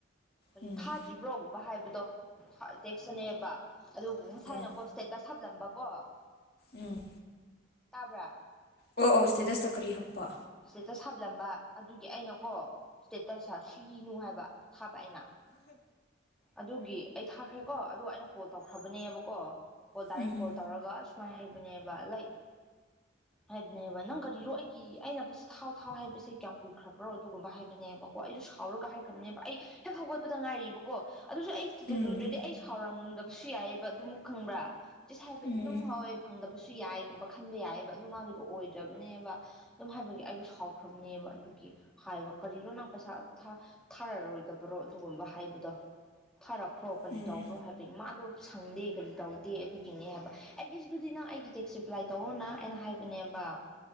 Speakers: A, in the centre; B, on the left.
A: ꯀꯔꯤ
B: ꯎꯝ
A: ꯊꯥꯗ꯭ꯔꯤꯕ꯭ꯔꯣꯒꯨꯝꯕ ꯍꯥꯏꯕꯗꯣ ꯈꯥꯏꯇꯦꯛ ꯁꯅꯦꯕ ꯑꯗꯨꯕꯨ ꯉꯁꯥꯏꯅꯀꯣ
B: ꯑꯣ
A: ꯏꯁꯇꯦꯇꯁ ꯍꯥꯞꯂꯝꯕꯀꯣ
B: ꯎꯝ
A: ꯇꯥꯕ꯭ꯔꯥ
B: ꯑꯣ ꯑꯣ ꯁ꯭ꯇꯦꯇꯁꯇ ꯀꯔꯤ ꯍꯥꯞꯄ
A: ꯏꯁꯇꯦꯇꯁ ꯍꯥꯞꯂꯝꯕ ꯑꯗꯨꯒꯤ ꯑꯩꯅꯀꯣ ꯏꯁꯇꯦꯇꯁ ꯁꯨꯒꯤꯅꯨ ꯍꯥꯏꯕ ꯐꯥꯄ ꯑꯩꯅ ꯑꯗꯨꯒꯤ ꯑꯩ ꯊꯥꯈ꯭ꯔꯦꯀꯣ ꯑꯗꯨ ꯑꯩꯅ ꯀꯣꯜ ꯇꯧꯈ꯭ꯔꯕꯅꯦꯕꯀꯣ ꯀꯣꯜ ꯗꯥꯏꯔꯦꯛ
B: ꯎꯝ
A: ꯀꯣꯜ ꯇꯧꯔꯒ ꯁꯨꯃꯥꯏꯅ ꯍꯥꯏꯕꯅꯦꯕ ꯂꯩ ꯍꯥꯏꯕꯅꯦꯕ ꯅꯪ ꯀꯔꯤꯔꯣ ꯑꯩꯒꯤ ꯑꯩꯅ ꯄꯩꯁ ꯊꯥꯎ ꯊꯥꯎ ꯍꯥꯏꯕꯁꯦ ꯀꯌꯥꯝ ꯀꯨꯏꯈ꯭ꯔꯕ꯭ꯔꯣ ꯑꯗꯨꯒꯨꯝꯕ ꯍꯥꯏꯕꯅꯦꯕꯀꯣ ꯑꯩꯁꯨ ꯁꯥꯎꯔꯒ ꯍꯥꯏꯈ꯭ꯔꯕꯅꯦꯕ ꯑꯩ ꯍꯦꯛ ꯍꯧꯒꯠꯄꯗ ꯉꯥꯏꯔꯤꯕꯀꯣ ꯑꯗꯨꯁꯨ ꯑꯩ
B: ꯎꯝ
A: ꯆꯨꯔꯨꯗ꯭ꯔꯗꯤ ꯑꯩ ꯁꯥꯎꯔꯝꯗꯕꯁꯨ ꯌꯥꯏꯑꯕ ꯑꯗꯨꯃꯛ ꯈꯪꯕ꯭ꯔ ꯖꯁ ꯍꯥꯏꯕꯗꯤ
B: ꯎꯝ
A: ꯑꯗꯨꯝ ꯍꯣꯏ ꯐꯪꯗꯕꯁꯨ ꯌꯥꯏꯒꯨꯝꯕ ꯈꯟꯕ ꯌꯥꯏꯑꯕ ꯑꯗꯨ ꯃꯥꯒꯤꯗꯣ ꯑꯣꯏꯗ꯭ꯔꯕꯅꯦꯕ ꯑꯗꯨꯝ ꯍꯥꯏꯕꯒꯤ ꯑꯩꯁꯨ ꯁꯥꯎꯈ꯭ꯔꯝꯅꯦꯕ ꯑꯗꯨꯒꯤ ꯍꯥꯏꯕ ꯀꯔꯤꯅꯣ ꯅꯪ ꯄꯩꯁꯥ ꯊꯥ ꯊꯥꯔꯔꯣꯏꯗꯕꯔꯣ ꯑꯗꯨꯒꯨꯝꯕ ꯍꯥꯏꯕꯗꯣ ꯊꯔꯛꯈ꯭ꯔꯣ ꯀꯔꯤ
B: ꯎꯝ
A: ꯇꯧꯕ꯭ꯔꯣ ꯍꯥꯏꯕꯒꯤ ꯃꯥꯗꯣ ꯁꯪꯗꯦ ꯀꯔꯤ ꯇꯧꯗꯦ ꯑꯗꯨꯒꯤꯅꯦ ꯍꯥꯏꯕ ꯑꯦꯠꯂꯤꯁꯇꯨꯗꯤ ꯅꯪ ꯑꯩꯒꯤ ꯇꯦꯛꯁ ꯔꯤꯄ꯭ꯂꯥꯏ ꯇꯧꯑꯣꯅ ꯑꯩꯅ ꯍꯥꯏꯕꯅꯦꯕ